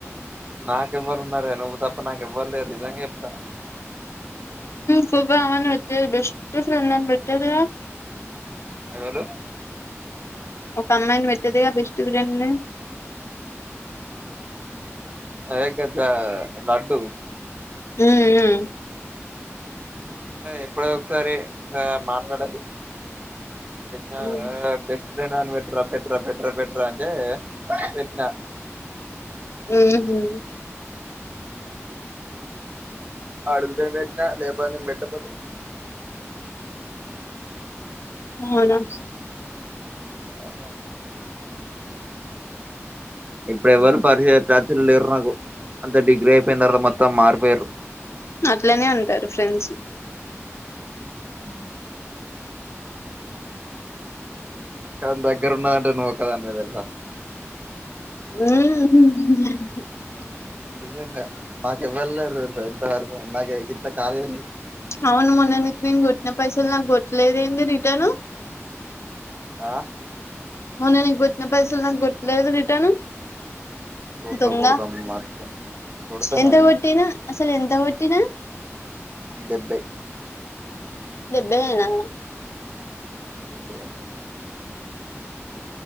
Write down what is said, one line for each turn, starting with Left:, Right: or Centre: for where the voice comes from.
Right: నాకెవ్వరు ఉన్నారే నువ్వు తప్ప నాకేవ్వరులేరు నిజంగా చెప్తున్నా
Left: సుధా అవన్నీ పెట్టేది బెస్ట్ ఫ్రెండ్ అని పెట్టేదిగా
Right: ఎవలు
Left: ఒక అమ్మాయిని పెట్టది గా బెస్ట్ ఫ్రెండ్ అని
Right: అదే గద లడ్డు
Left: హ హు
Right: ఎప్పుడో ఒకసారి మాట్లాడది నా
Left: ఉమ్
Right: బెస్ ఫ్రెండ్ పెట్రా పెట్రా పెట్రా అని అంటే పెట్టిన
Left: హు హామ్
Right: అడుగుతానే పెట్టిన లేకపోతే నేను పెట్టకపోదును
Left: అవునా
Right: ఆ ఇప్పుడ ఎవరూ పర్య టచ్ లో లేరు నాకు అంత డిగ్రీ అయిపోయిన తర్వాత మొత్తం మారిపోయిర్రు
Left: అట్లనే ఉంటారు ఫ్రెండ్స్
Right: ఉ కానీ దగ్గరున్నదంటే నువ్వు ఒక్కదానివే తెలుసా
Left: ఉమ్ హు
Right: నిజంగా నాకు ఏవ్వలేరు తెలుసా ఇంతవరకు నాకు ఇంత కాలే
Left: అవును మొన్న నీకు నేను కొట్టిన పైసలు నాకు కొట్టలేదేంది రిటర్ను
Right: ఆ
Left: మొన్న నీకు కొట్టిన పైసలు నాకు కొట్టలేదు రిటర్న్
Right: కొడతా
Left: దొంగ
Right: కొడదాం మర్చి కొడతానే
Left: ఎంత కొట్టినా అసలు ఎంత కొట్టినా
Right: డేబై
Left: డేబై అయినా
Right: డేబైయే